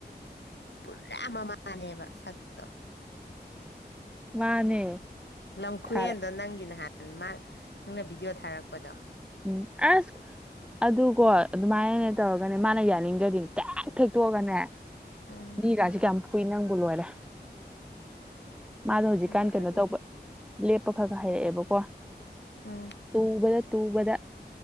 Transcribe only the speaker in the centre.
ꯃꯥꯅꯦ
ꯊꯥꯔꯦ
ꯎꯝ ꯑꯁ ꯑꯗꯨꯒꯣ ꯑꯗꯨꯃꯥꯏꯅ ꯇꯧꯔꯒꯅꯦ ꯃꯥꯅ ꯌꯥꯅꯤꯡꯗ꯭ꯔꯗꯤ ꯇꯦꯛ ꯊꯦꯛꯇꯣꯛꯑꯒꯅꯦ
ꯃꯤꯒꯥꯖꯦ ꯀꯌꯥꯝ ꯐꯨꯏ ꯅꯪꯕꯨ ꯂꯣꯏꯔꯦ ꯃꯥꯗꯣ ꯍꯧꯖꯤꯛꯀꯥꯟ
ꯀꯩꯅꯣ ꯇꯧꯕ ꯂꯦꯞꯄ ꯈꯥꯒꯥ ꯍꯥꯏꯔꯛꯑꯦꯕꯀꯣ
ꯇꯨꯕꯗꯥ ꯇꯨꯕꯗꯥ